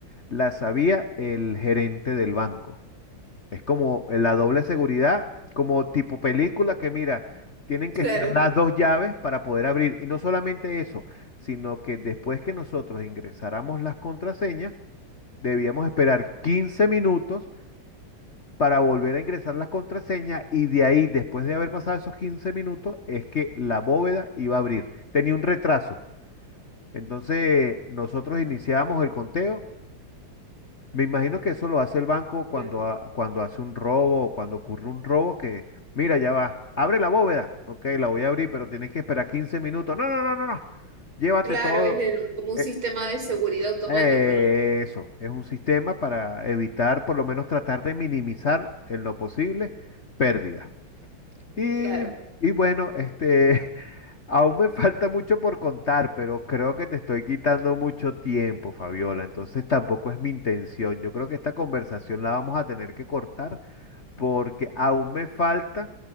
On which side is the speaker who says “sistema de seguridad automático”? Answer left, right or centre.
Right